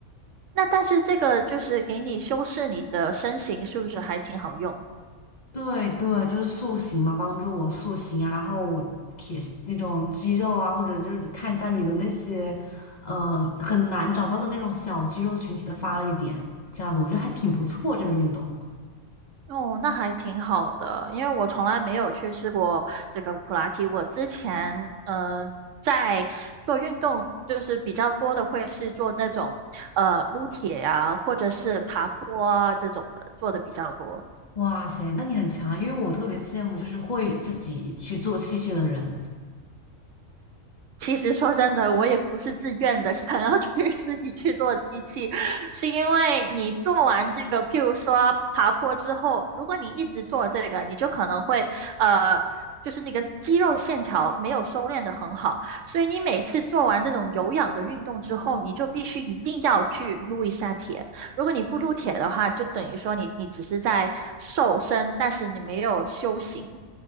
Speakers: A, on the right (about 70°); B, on the left (about 40°).
A: 那但是这个就是给你修饰你的身形，是不是还挺好用？
B: 对对，就是塑形嘛，帮助我塑形啊，然后铁那种肌肉啊，或者就是看一下你的那些，嗯、很难找到的那种小肌肉群体的发力点，这样子我觉得还挺不错这个运动。
A: 哦，那还挺好的，因为我从来没有去试过这个普拉提。我之前呃在做运动，就是比较多的会是做那种呃撸铁呀、或者是爬坡啊这种的，做的比较多。
B: 哇塞，那你很强啊，因为我特别羡慕就是会自己去做器械的人，
A: 其实说真的，我也不是自愿的，<laughs> 想要去 <laughs> 自己去做机器，是因为你做完这个，譬如说爬坡之后，如果你一直做这个，你就可能会呃，就是那个肌肉线条没有收敛的很好，所以你每次做完这种有氧的运动之后，你就必须一定要去撸一下铁。如果你不撸铁的话，就等于说你你只是在瘦身，但是你没有修行。